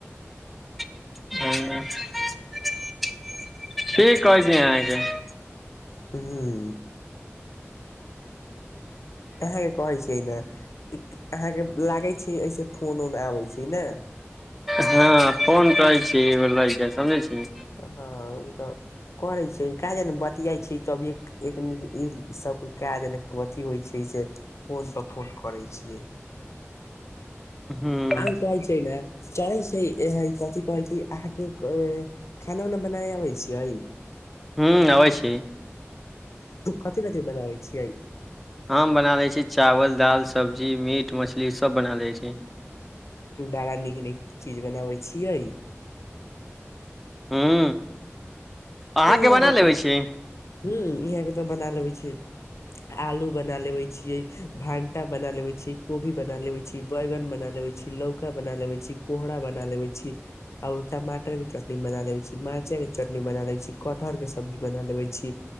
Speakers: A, in the centre; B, on the left (about 75°).
A: ह की कहै छी अहाँके
B: हूँ अहाँ के कहै छियै ने अहाँके लागे छै ऐसे फोन उन आबै छै ने
A: हँ फोन करै छ इ बेर लाग जाय समझै छी
B: हँ ओ त करै छै क जे ने बतियाइ छी तभिये एक ई सब का जेना कथी होइ छै से फोन पर फोन करैय छियै
A: <inaudible> हूं
B: आ जाय छै ना कहै छै ने चलै छै कथी कहै छै अहाँके खाना उना बनाय अबै छियै
A: हूँ अबै छी
B: कथी कथी बनाबै छियै
A: हम बना लैत छी चावल दालि सब्जी मीट मछली सब बना लैत छी
B: बड़ा नीक नीक चीज बनाबे छियै
A: हूं अहाँके
B: इहाँ
A: बना
B: के
A: लेबै
B: त
A: छी
B: ह इहाँ के त बना लेबै छै आलू बना लेबै छियै भंटा बना लेवे छी कोभी बना लेवे छी बैगन बना लेवे छी लौका बना लेवे छी कोहरा बना लेवे छी आओर टमाटरके चटनी बना लेवे छी मर्चाके चटनी बना लेवे छी कठहर के सब्जी बना लेबे छी